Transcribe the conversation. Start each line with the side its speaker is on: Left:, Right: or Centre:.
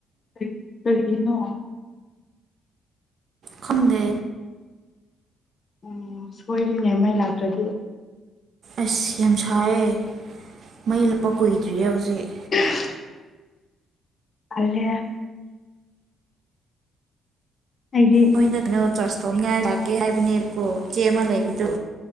Left: ꯑꯦ ꯀꯩꯒꯤꯅꯣ
Right: ꯈꯪꯗꯦ
Left: ꯎꯝ ꯁꯣꯏꯔꯦꯅꯦ ꯃꯩ ꯂꯥꯛꯇ꯭ꯔꯗꯤ
Right: ꯑꯁ ꯌꯥꯝ ꯁꯥꯏꯌꯦ ꯃꯩ ꯂꯥꯞꯄ ꯀꯨꯏꯗ꯭ꯔꯤꯌꯦ ꯍꯧꯖꯤꯛ
Left: <unintelligible> ꯑꯜꯂꯦꯗ ꯑꯩꯒꯤ
Right: ꯃꯣꯏꯗ ꯀꯩꯅꯣ ꯆꯔꯁ ꯇꯧꯅꯤꯉꯥꯏ ꯂꯥꯛꯀꯦ ꯍꯥꯏꯕꯅꯦꯕꯀꯣ ꯏꯆꯦ ꯑꯃ ꯂꯩꯕꯗꯣ